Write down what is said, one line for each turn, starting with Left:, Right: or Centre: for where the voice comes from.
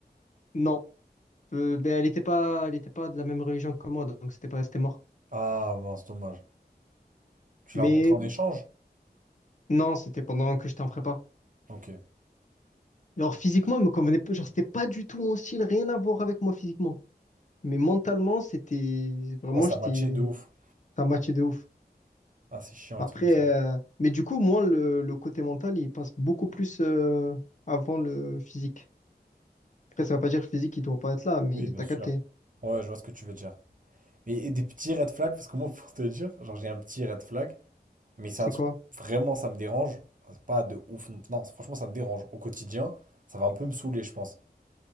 Left: non, euh, ben, elle était pas, elle était pas de la même religion que moi, donc c'était pas, c'était mort.
Right: Ah, mince, dommage. Tu
Left: Mais
Right: l'as rencontré en échange?
Left: non, c'était pendant que j'étais en prépa.
Right: Ok.
Left: Genre physiquement, elle me convenait pas. Genre, c'était pas du tout mon style, rien à voir avec moi physiquement. Mais mentalement, c'était vraiment,
Right: Ouais, ça
Left: j'étais,
Right: matchait de ouf.
Left: ça matchait de ouf.
Right: Ah, c'est chiant les
Left: Après,
Right: trucs comme ça.
Left: euh, mais du coup, moi, le, le côté mental, il passe beaucoup plus euh, avant le physique. Après, ça veut pas dire que le physique, il doit pas être là, mais
Right: Oui, bien
Left: t'as
Right: sûr.
Left: capté.
Right: Ouais, je vois ce que tu veux dire. Et, et des petits red flags, parce que moi, <laughs> pour te dire, genre, j'ai un petit red flag. Mais c'est
Left: C'est
Right: un truc,
Left: quoi?
Right: vraiment, ça me dérange. C'est Pas de ouf. Non, Non, franchement, ça me dérange. Au quotidien, ça va un peu me saouler, je pense.